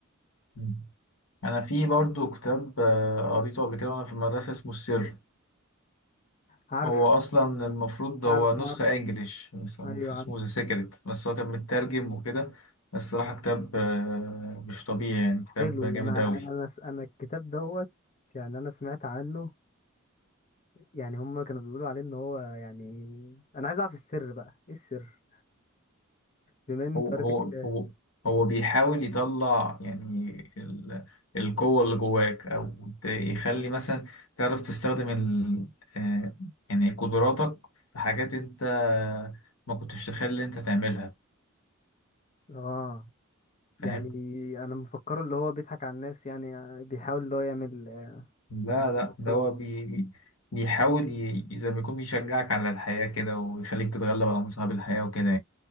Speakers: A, on the left; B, on the left.
A: مم. انا في برضو كتاب آه، قريته قبل كده وانا في المدرسة اسمه السر
B: عارف
A: هو اصلا المفروض
B: عارف
A: هو نسخة
B: عارف
A: انجليش بس هو
B: أيوه
A: المفروض اسمه
B: عارف
A: ذا سيكريت بس هو كان مترجم وكده بس صراحة كتاب آه، مش طبيعي يعني
B: حلو
A: كتاب جامد
B: أنا
A: اوي
B: أنا أنا أنا الكتاب دوت يعني أنا سمعت عنه يعني هما كانوا بيقولوا عليه إن هو يعني أنا عايز أعرف السر بقى إيه السر بما ان انت
A: هو
B: قريت الكتاب
A: هو هو هو بيحاول يطلع يعني ال- القوة اللي جواك أو ت- يخلي مثلا تعرف تستخدم ال آه، يعني قدراتك في حاجات أنت ما كنتش تخلي أنت تعملها
B: اه يعني
A: فاهم؟
B: انا مفكره اللي هو بيضحك على الناس يعني بيحاول اللي هو يعمل آه،
A: لا
B: يعني
A: لا ده
B: خلاص
A: هو بي بي- بيحاول ي- زي ما يكون بيشجعك على الحياة كده ويخليك تتغلب على مصاعب الحياة وكده